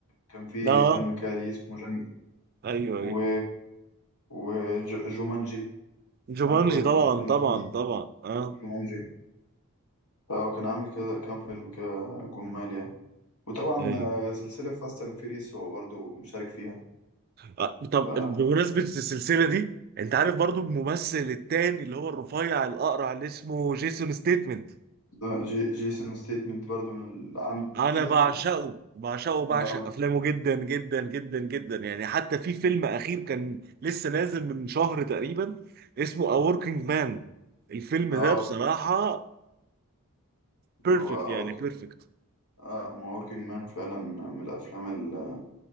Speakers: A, on the left (about 85°); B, on the right (about 40°).
A: كان في
B: آه
A: فيلم كالي اسمه جانجل
B: أيوه أيوه
A: و وجومانجي
B: جومانجي
A: كان عنده برضو
B: طبعا
A: فيلم
B: طبعا
A: اسمه
B: طبعا آه
A: جومانجي فهو كان عامل كذا كام فيلم كده جمال يعني وطبعا
B: أيوه
A: آه، سلسلة فاست اند فيريس هو برضو مشارك فيها
B: آه، طب
A: ف
B: بمناسبة السلسلة دي أنت عارف برضو الممثل التاني اللي هو الرفيع الأقرع اللي اسمه جيسون ستيتمنت
A: ده جي... جيسون ستيتمنت برضو من ال- عن
B: انا
A: جي...
B: بعشقه بعشقه بعشق
A: ما
B: افلامه جدا جدا جدا جدا يعني حتى في فيلم اخير كان لسه نازل من شهر تقريبا اسمه A Working Man الفيلم
A: آه،
B: ده بصراحة بيرفكت
A: ما هو أوركينج
B: يعني بيرفكت
A: اه ما أوركينج مان فعلا من الأفلام ال-